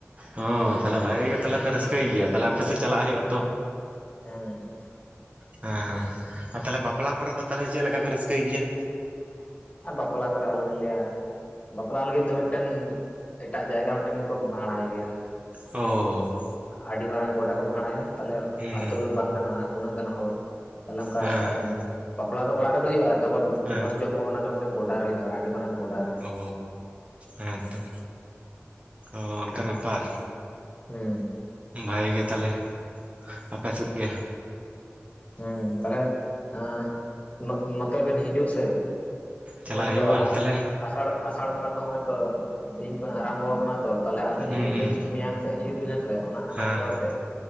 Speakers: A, on the right; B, on the left.
A: ᱦᱚ ᱛᱟᱦᱞᱮ ᱵᱷᱟᱜᱤ ᱜᱮ ᱛᱟᱦᱞᱮ ᱯᱮ ᱨᱟᱹᱥᱠᱟᱹᱭ ᱜᱮᱭᱟ ᱛᱟᱦᱞᱮ ᱟᱯᱮ ᱥᱮᱫ ᱪᱟᱞᱟᱜ ᱦᱩᱭᱩᱜ ᱟᱛᱚ,
B: ᱦᱮᱸ
A: ᱦᱮᱸ ᱟᱨ ᱛᱟᱞᱦᱮ ᱵᱟᱯᱞᱟ ᱠᱚᱨᱮ ᱫᱚ ᱛᱟᱞᱦᱮ ᱪᱮᱫᱞᱮᱠᱟᱯᱮ ᱨᱟᱹᱥᱠᱟᱹᱭ ᱜᱮᱭᱟ?
B: ᱟᱨ ᱵᱟᱯᱞᱟ ᱠᱚᱨᱮ ᱟᱞᱚᱵᱤᱱ ᱞᱟᱹᱭᱟ᱾ ᱵᱟᱯᱞᱟ ᱞᱟᱹᱜᱤᱫ ᱛᱮ ᱢᱤᱫᱴᱮᱱ ᱮᱴᱟᱜ ᱡᱟᱭᱜᱟ ᱢᱤᱫᱴᱮᱱ ᱠᱚ ᱵᱷᱟᱲᱟᱭ ᱜᱮᱭᱟ᱾
A: ᱚ
B: ᱟᱹᱰᱤ ᱢᱟᱨᱟᱝ ᱜᱚᱰᱟ ᱠᱚ ᱵᱷᱟᱲᱟᱭᱟ ᱛᱟᱦᱞᱮ
A: ᱦᱩᱸ ᱦᱮᱸ
B: ᱟᱛᱳ ᱨᱮᱫᱚ ᱵᱟᱝ ᱜᱟᱱᱚᱜᱼᱟ᱾ ᱩᱱᱟᱹᱜ ᱜᱟᱱ ᱦᱚᱲ, ᱛᱟᱦᱚᱞᱮ ᱚᱱᱠᱟ
A: ᱦᱮᱸ
B: ᱵᱟᱯᱞᱟ ᱫᱚ ᱚᱲᱟᱜ ᱨᱮᱜᱮ ᱦᱩᱭᱩᱜᱼᱟ ᱛᱟᱯᱚᱨ
A: ᱦᱮᱸ
B: ᱵᱷᱚᱡᱽ ᱡᱚᱢᱼᱼ ᱠᱚ ᱚᱱᱟ ᱫᱚ ᱢᱤᱫᱴᱟᱝ ᱜᱚᱰᱟ ᱨᱮ ᱦᱩᱭᱩᱜᱼᱟ ᱟᱹᱰᱤ ᱢᱟᱨᱟᱝ ᱜᱚᱰᱟᱨᱼᱼ
A: ᱚ ᱦᱮᱸᱛᱚ ᱚ ᱚᱱᱠᱟ ᱵᱮᱯᱟᱨ᱾
B: ᱦᱮᱸ
A: ᱵᱷᱟᱜᱤ ᱜᱮ ᱛᱟᱦᱞᱮ ᱟᱯᱮ ᱥᱮᱫ ᱜᱮᱼᱼ
B: ᱦᱮᱸ ᱛᱟᱦᱚᱞᱮ ᱟ ᱱᱚ ᱱᱚᱛᱮ ᱵᱮᱱ ᱦᱤᱡᱩᱜ ᱟᱥᱮ?
A: ᱪᱟᱞᱟᱜ
B: ᱦᱚᱸᱜᱼᱚᱭ
A: ᱦᱩᱭᱩᱜᱼᱟ
B: ᱛᱚ
A: ᱛᱟᱦᱚᱞᱮ
B: ᱟᱥᱟᱲ ᱟᱥᱟᱲ ᱵᱚᱸᱜᱟ ᱛᱚ ᱦᱚᱸᱜᱼᱚᱭ ᱛᱚ ᱛᱮᱦᱤᱧ ᱠᱷᱚᱱ ᱟᱨᱟᱢᱵᱚ ᱠᱟᱱᱟ, ᱛᱚ ᱛᱟᱦᱚᱞᱮ ᱟᱵᱤᱱ ᱦᱤᱡᱩᱜ
A: ᱦᱩᱸ ᱦᱩᱸ
B: ᱵᱤᱱ ᱢᱮᱭᱟᱝ ᱥᱮᱫ ᱦᱤᱡᱩᱜ ᱵᱤᱱ ᱦᱮᱸᱥᱮ ᱚᱱᱟ ᱟᱱᱟᱡ
A: ᱦᱮᱸ
B: ᱠᱚ
A: ᱦᱮᱸ
B: ᱟᱛᱮ